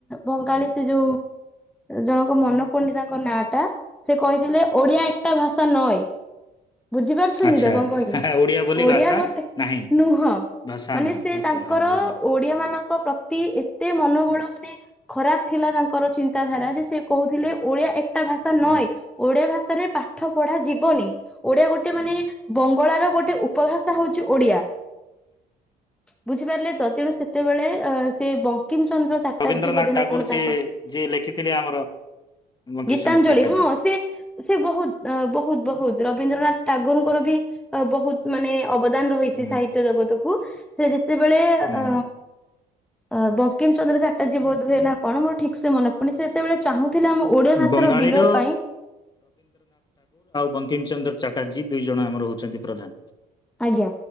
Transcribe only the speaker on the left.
ଆଚ୍ଛା
ବୋଲି
ଭାଷା
ନାହିଁ
ଭାଷା
ନୁହେଁ
ଓକେ
ହଁ ବୁଝିଲି।
ରବୀନ୍ଦ୍ରନାଥ
ଟାଗୋର
ସିଏ
ଯିଏ ଲେଖିଥିଲେ ଆମର ବଙ୍କିମଚନ୍ଦ୍ର
ଚାଟାର୍ଜୀ
ହୁଁ
ହୁଁ
ବଙ୍ଗାଳୀର
ବଙ୍କିମ ଚନ୍ଦ୍ର ଚା ଆଜି ଦୁଇ ଜଣ ଆମର ହଉଛନ୍ତି ପ୍ରଧାନ। <inaudible>